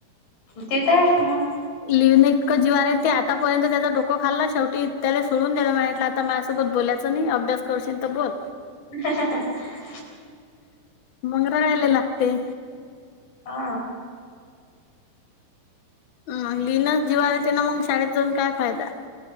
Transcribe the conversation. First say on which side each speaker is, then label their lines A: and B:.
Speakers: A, on the left; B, on the left.
A: तेेत आहेत मग.
B: लिवने इतकं जीवार आहे. ते आतापर्यंत त्याचा डोको खाल्ला शेवटी त्याला, सोडून द्यायला म्हटलं आता. तं माझ्यासोबत बोलायचं नाही, अभ्यास करशील तर बोल.
A: <unintelligible>
B: मंग रडायला लागते.
A: आ..
B: हम लिनस जीवाली ते ना, मग शाळेत जाऊन काय फायदा.